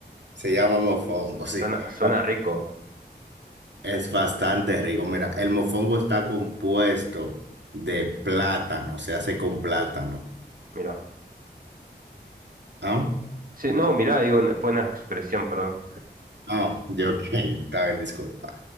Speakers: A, on the right; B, on the right.
A: Se llama mofongo, sí.
B: Suena, suena
A: Ok.
B: rico,
A: Es bastante rico. Mira, el mofongo está compuesto de plátano, se hace con plátano.
B: mira.
A: ¿Ah?
B: Sí, no, mirá, digo, fue una expresión, perdón.
A: Ah, <laughs> yo, ok, está bien, disculpa.